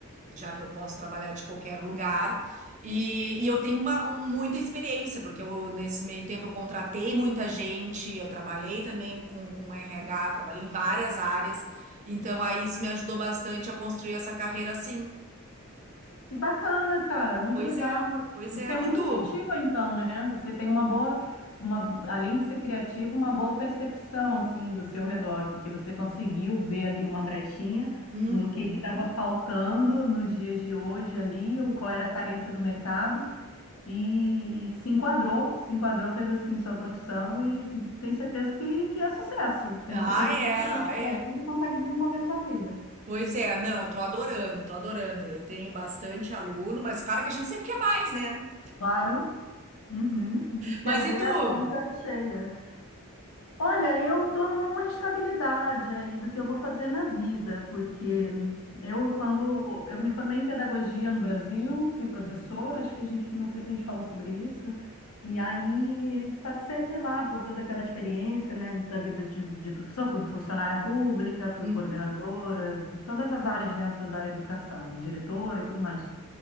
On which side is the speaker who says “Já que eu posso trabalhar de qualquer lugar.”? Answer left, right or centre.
Right